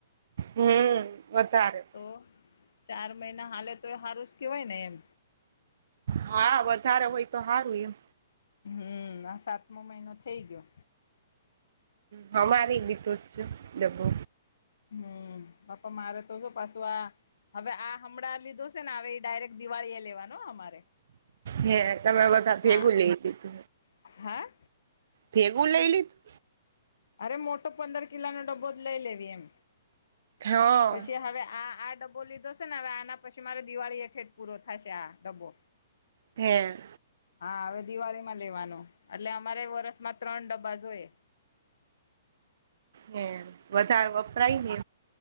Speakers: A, on the right; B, on the left.
A: હમ વધારે
B: તો ચાર મહિના હાલે તો એ હારુંજ કેવાય ને એમ
A: હા વધારે હોય તો હારું એમ
B: હમ આ સાતમો મહિનો થઇ ગયો
A: હ અમારી બી તો ડબો
B: હમ બાપા મારેતો જો પાસું આ હવે આ હમણાં લીધો સે ના અવે ડાયરેક્ટ દિવાળી એ લેવાનો હા અમારે
A: હે તમે બધા ભેગું
B: હા
A: લેય લીધુ
B: હા
A: ભેગું લઈ લીધું
B: અરે મોટો પંદર કિલાનો ડબ્બો જ લઈ લેવી એમ
A: હા
B: પસી હવે આ આ ડબ બો લીધો સે ને અવે આના પછી મારે દિવાળી હેઠે ઠ પૂરો થાશે આ ડબ્બો
A: હે
B: હા અવે દિવાળીમાં લેવાનું એટલે અમારે વરસમાં ત્રણ ડબ્બા જોયે
A: હે વધારે વપરાય ને